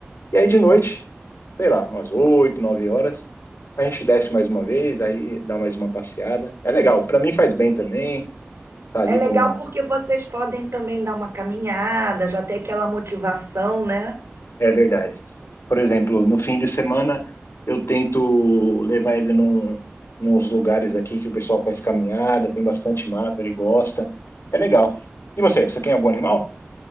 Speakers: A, on the left (about 80°); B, on the right (about 85°).
A: E aí de noite, sei lá, umas 8 9 horas, a gente desce mais uma vez, aí dá mais uma passeada. É legal, para mim faz bem também, tá ali
B: É legal
A: com.
B: porque vocês podem também dar uma caminhada, já ter aquela motivação, né?
A: É verdade. Por exemplo, no fim de semana eu tento levar ele num, nos lugares aqui que o pessoal faz caminhada, tem bastante mata, ele gosta. É legal. E você, você tem algum animal?